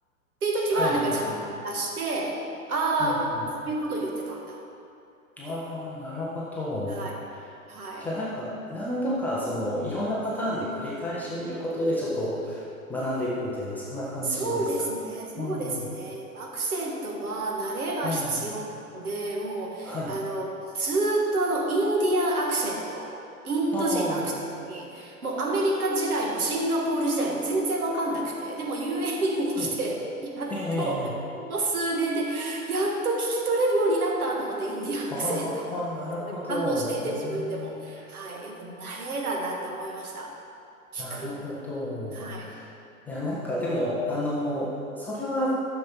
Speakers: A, on the right; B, in the centre.
A: っていう時は、
B: はいはいはい。
A: なんか字幕を出して、ああ、
B: うんうん。
A: こういうことを言ってたんだっ
B: ああ、
A: ていう。
B: なるほど。
A: はい。はい。
B: じゃあなんか、何度か、その、いろんなパターンで繰り返し見ることで、ちょっと学んでいくみたいな、そんな感じですかね。
A: そうですね、そうですね。
B: うんうん。
A: アクセントは慣れが必要なので、
B: ええ、
A: もう、
B: はい。
A: あの、ずーっとあの、インディアンアクセント、インド人のアクセントに、
B: ああ、
A: もうアメリカ時代もシンガポール時代も全然わかんなくて、でも u a に来て、
B: はい。
A: やっと、
B: ええ、ええ、ええ
A: ここ数年で、やっと聞き取れるようになったと思って、インディアンアクセント。
B: ああ、なるほど。
A: それ感動していて、
B: ええ、
A: 自分でも。はい。やっぱ慣れだなって思いました。聞く。
B: なるほど。
A: はい。
B: いや、なんかでも、あの、それは、